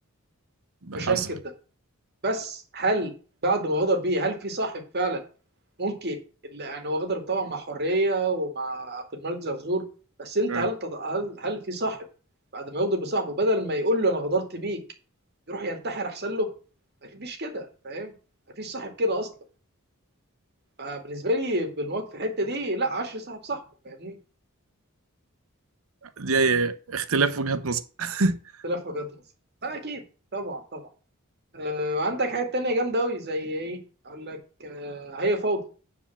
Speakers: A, on the right; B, on the right.
A: ده
B: مش
A: حصل
B: هنكر ده بس هل بعد ما غدر بيه هل في صاحب فعلا ممكن اللي يعني هو غدر طبعا مع حريه ومع عبد الملك زرزور بس انت
A: أيوة.
B: هل تط- هل هل في صاحب بعد ما يغدر بصاحبه بدل ما يقول له انا غدرت بيك يروح ينتحر احسن له مفيش كده فاهم مفيش صاحب كده اصلا فبالنسبه لي بالمواقف في الحته دي لا 10 صاحب صاحبه فاهمني
A: دي اختلاف وجهات نظر <laughs>
B: اختلاف وجهات نظر لا اكيد طبعا طبعا آه وعندك حاجات تانية جامده قوي زي ايه اقول لك آه هي فوضى